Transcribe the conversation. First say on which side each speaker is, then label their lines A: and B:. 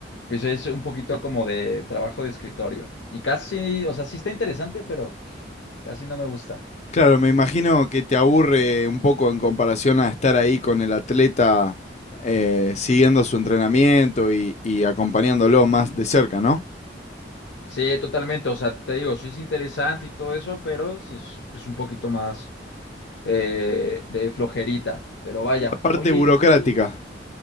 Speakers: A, on the left; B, on the left.
A: Pues es un poquito como de trabajo de escritorio. Y casi, o sea, sí está interesante, pero casi no me gusta.
B: Claro, me imagino que te aburre un poco en comparación a estar ahí con el atleta eh, siguiendo su entrenamiento y, y acompañándolo más de cerca, ¿no?
A: Sí, totalmente. O sea, te digo, sí es interesante y todo eso, pero sí es pues, un poquito más eh, de flojerita. Pero vaya.
B: La parte
A: Oye,
B: burocrática.
A: ¿y tú?